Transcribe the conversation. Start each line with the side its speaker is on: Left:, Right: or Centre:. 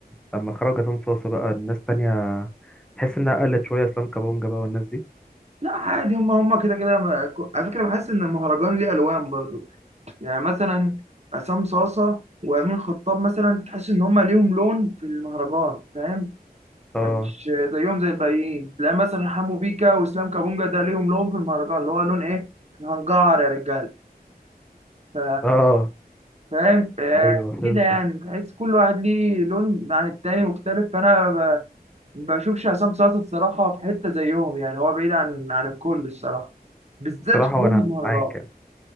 Centre: لما خرج عصام صاصا بقى الناس تانية تحس انها قلت شويه اسلام كابونجا بقى والناس دي
Right: لا عادي هم هم كده كده ما- على فكره بحس ان المهرجان ليه الوان برضو يعني مثلا عصام صاصه وامين خطاب مثلا تحس ان هم ليهم لون في المهرجان فاهم
Centre: اه
Right: مش زيهم زي الباقيين تلاقي مثلا حمو بيكا واسلام كابونجا ده ليهم لون في المهرجان اللي هو لون ايه إحنا هنجعر يا رجاله ف-
Centre: اه
Right: فاهم آه،
Centre: ايوه فهمت
Right: كده يعني تحس كل واحد ليه لون عن التاني مختلف فانا ب- بشوفش عصام صاصا الصراحه في حته زيهم يعني هو بعيد عن عن الكل الصراحه بالذات
Centre: بصراحه
Right: في فن
Centre: وانا
Right: المهرجان
Centre: معاك يعني.